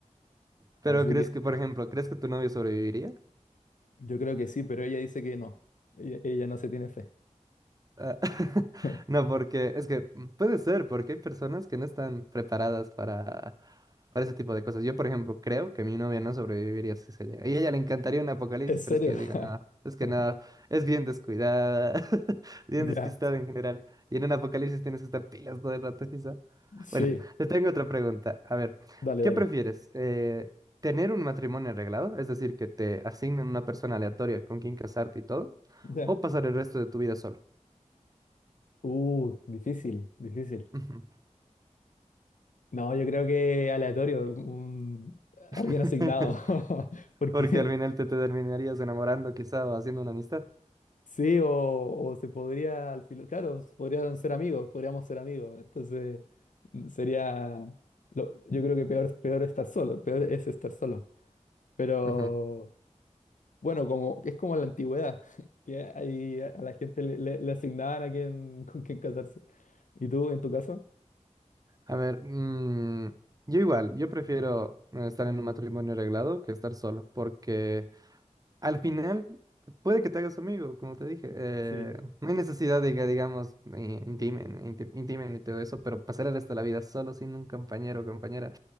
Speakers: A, on the right (about 30°); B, on the left (about 90°).
A: Pero
B: Así
A: crees
B: que
A: que, por ejemplo, ¿crees que tu novio sobreviviría?
B: yo creo que sí, pero ella dice que no, ella, ella no se tiene fe.
A: Ah, <laughs>
B: <laughs>
A: no, porque es que mm, puede ser, porque hay personas que no están preparadas para para ese tipo de cosas. Yo, por ejemplo, creo que mi novia no sobreviviría si se llega. Y a ella le encantaría un apocalipsis,
B: ¿En serio?
A: pero es que yo digo, nada, es que
B: <laughs>
A: nada, es bien descuidada, <laughs> bien
B: Ya,
A: despistada en general. Y en un apocalipsis tienes que estar pilas todo el rato, quizá.
B: sí,
A: Bueno, te tengo otra pregunta. A ver,
B: dale,
A: ¿qué
B: dale.
A: prefieres? Eh, ¿tener un matrimonio arreglado? Es decir, que te asignen una persona aleatoria con quien casarte y todo,
B: Ya.
A: o pasar el resto de tu vida solo.
B: Uh, difícil, difícil.
A: Ujú.
B: No, yo creo que aleatorio, un-
A: <laughs>
B: alguien asignado, <laughs> porque
A: Porque al final te, te terminarías enamorando quizá o haciendo una amistad.
B: Sí, o, o se podría, al final, claro, podrían ser amigos, podríamos ser amigos. Entonces, mm, sería, lo- yo creo que peor, peor estar solo, peor es estar solo. Pero
A: Ujú.
B: bueno, como es como en la antigüedad, <laughs> que ahí a la gente le, le- le asignaban a quién, con quién casarse. ¿Y tú, en tu caso?
A: A ver, mm, yo igual, yo prefiero eh, estar en un matrimonio arreglado que estar solo, porque al final puede que te hagas amigo, como te dije. eh,
B: Sí,
A: no hay necesidad de que, digamos, eh, intimen, inti- intimen y todo eso, pero pasar el resto de la vida solo sin un compañero o compañera,